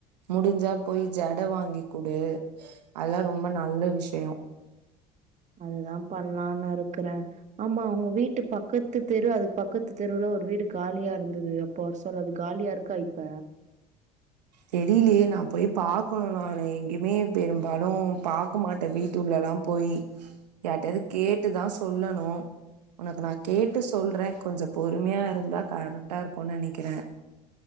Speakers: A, on the right (about 75°); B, on the right (about 35°).
A: முடிஞ்சா போய் ஜட வாங்கிக்குடு அதெல்லாம் ரொம்ப நல்ல விஷயோம்
B: அதுதான் பண்ணலாம்னு இருக்கறேன் ஆமா உங்க வீட்டு பக்கத்து தெரு அதுக்கு பக்கத்து தெருவுல ஒரு வீடு காலியா இருந்தது அப் போ சொல்றது காலியா இருக்கா இப்ப
A: தெரிலியே நா போய் பாக்கணும் நானு எங்கயுமே பெரும்பாலும் பாக் க மாட்டேன் வீட்டுள்ளல்லாம் போய் யார்டயாவது கேட்டுதான் சொல்லணும் உனக்கு நா கேட்டு சொல்றேன் கொஞ்சோ பொறுமையா இருந்தா கரெக்டா இருக்கும் நெனைக்கிறேன்